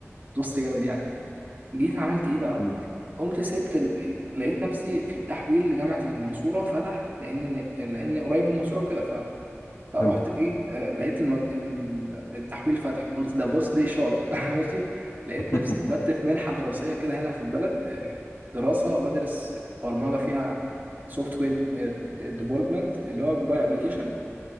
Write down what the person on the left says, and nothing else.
مم.
حلو
<laughs>